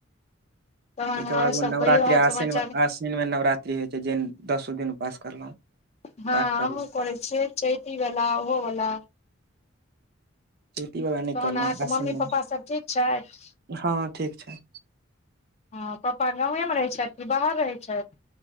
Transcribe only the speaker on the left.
तहन
आओर
सब
कहियो हाल
समाचार
हँ
हमू करै छिय चैैती वला ओहोवला
तहन
अहाँके
मम्मी पापा सब ठीक छथि
हँ पापा गाेमे रहैत छथि कि बाहर रहैत छथि